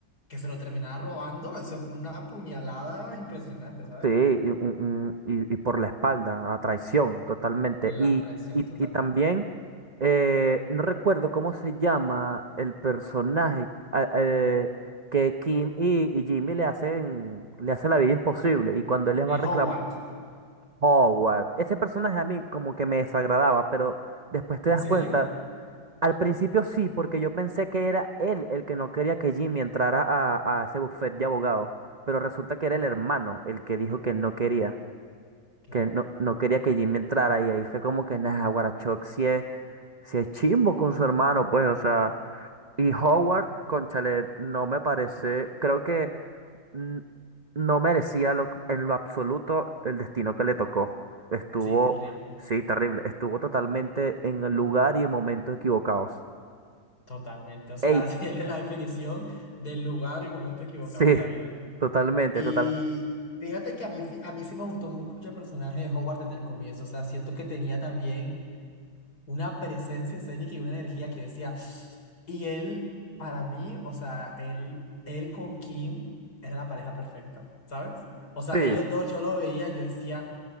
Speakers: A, on the left; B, on the right.
A: que se lo terminaba robando, eso fue una puñalada impresionante, ¿sabes?
B: Sí, y, un- un- y- y por la espalda, a traición, totalmente.
A: La
B: Y,
A: traición
B: y,
A: totalmente.
B: y también, eh, no recuerdo cómo se llama el personaje a- eh, que Kim y, y Jimmy le hacen, le hacen la vida imposible. Y cuando él les
A: Eh,
B: va a reclamar,
A: Howard,
B: Howard, ese personaje a mí como que me desagradaba, pero después te
A: ¿en
B: das
A: serio?
B: cuenta. Al principio sí, porque yo pensé que era él el que no quería que Jimmy entrara a, a ese buffet de abogados, pero resulta que era el hermano el que dijo que no quería
A: Claro,
B: que no, no quería que Jimmy entrara y ahí fue como que, nah, Guarachoc si es, si es chimbo con su hermano, pues, o sea, y Howard, cónchale, no me parece, creo que mm, no merecía lo- en lo absoluto el destino que le tocó. Estuvo,
A: sí, terrible,
B: sí, terrible, estuvo totalmente en el lugar y en momentos equivocados.
A: totalmente. O sea,
B: Ey,
A: <laughs> él es la definición del lugar y momento equivocado
B: sí, <laughs>
A: en la vida.
B: totalmente,
A: Y
B: total,
A: fíjate que a mí, fi- a mí sí me gustó mucho el personaje de Howard desde el comienzo, o sea, siento que tenía también una presencia escénica y una energía que decía, y él, para mí, o sea, él, él con Kim era la pareja perfecta, ¿sabes? O sea,
B: sí.
A: ellos dos yo lo veía, y yo decía,